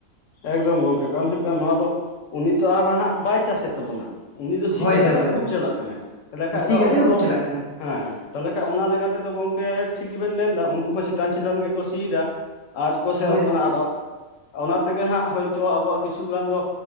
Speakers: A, on the left; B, on the left.
A: ᱮᱠᱫᱚᱢ ᱜᱚᱝᱠᱮ ᱠᱟᱨᱚᱱ ᱦᱩᱭᱩᱜ ᱠᱟᱱᱟ, ᱱᱚᱣᱟ ᱫᱚ ᱩᱱᱤ <unintelligible> ᱟᱨ ᱦᱟᱸᱜ ᱵᱟᱭ ᱪᱟᱥ ᱮᱫ ᱛᱟᱵᱚᱱᱟ᱾ ᱩᱱᱤ ᱫᱚ ᱥᱤ
B: ᱦᱳᱭ
A: ᱠᱟᱛᱮᱫ
B: ᱦᱳᱭ
A: ᱮ ᱩᱰᱩᱠ
B: ᱦᱳᱭ
A: ᱪᱟᱞᱟᱜ ᱠᱟᱱᱟᱭ, ᱛᱟᱦᱚᱞᱮ ᱠᱷᱟᱡ
B: ᱥᱤ
A: ᱫᱚ
B: ᱠᱟᱛᱮᱫ
A: ᱟᱵᱚ
B: ᱩᱰᱩᱠ
A: ᱫᱚ᱾
B: ᱪᱟᱞᱟᱜ ᱠᱟᱱᱟ
A: ᱦᱮᱸ, ᱛᱟᱦᱚᱞᱮ ᱠᱷᱟᱱ ᱚᱱᱟ ᱞᱮᱠᱟ ᱛᱮᱫᱚ ᱜᱚᱝᱠᱮ ᱴᱷᱤᱠ ᱜᱮᱵᱮᱱ ᱢᱮᱱ ᱮᱫᱟ ᱩᱱᱠᱩ ᱦᱚᱸ ᱪᱮᱛᱟᱱ ᱪᱮᱛᱟᱱ ᱜᱮᱠᱚ ᱥᱤᱭ ᱮᱫᱟ, ᱟᱨ ᱠᱚ ᱥᱮᱱᱚᱜ
B: ᱦᱳᱭ
A: ᱠᱟᱱᱟ ᱟᱨᱦᱚᱸ ᱚᱱᱟ ᱛᱮᱜᱮ ᱦᱟᱸᱜ ᱦᱚᱭᱛᱚ ᱟᱵᱚᱣᱟᱜ ᱠᱤᱪᱷᱩ ᱜᱟᱱ ᱫᱚ